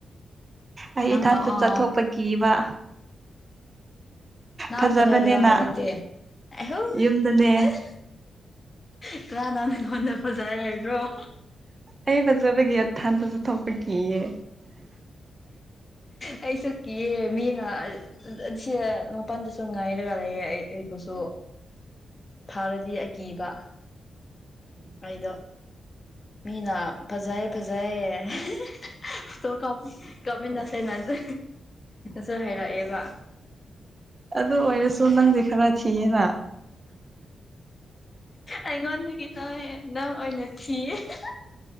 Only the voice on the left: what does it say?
ꯅꯪ
ꯂꯥꯛꯑꯣ
ꯅꯥꯡ
ꯀꯗꯥꯏ ꯗꯔ ꯍꯧꯖꯤꯛꯇꯤ ꯑꯩꯍꯨ
ꯑꯁ ꯂꯥꯟꯅ <unintelligible>
ꯑꯩꯁꯨ ꯀꯤꯑꯦ ꯃꯤꯅ ꯁꯤ ꯃꯄꯜꯗꯁꯨ ꯉꯥꯏꯔꯒ ꯂꯩꯌꯦ ꯑꯩ ꯀꯁꯨ
ꯊꯥꯔꯗꯤ ꯑꯩ ꯑꯀꯤꯕ ꯑꯩꯗꯣ ꯃꯤꯅ ꯐꯖꯩ ꯐꯖꯩ ꯍꯦꯍꯦꯍꯦ ꯇꯣꯀ ꯀꯞꯃꯤꯅꯁꯦ ꯉꯁꯤ ꯁꯨ ꯍꯥꯏꯔꯛꯑꯦꯕ
ꯑꯩꯉꯣꯟꯗꯒꯤ ꯅꯣꯏ ꯅꯪ ꯑꯣꯏꯅ ꯊꯤꯌꯦ ꯍꯥꯍꯥꯍꯥ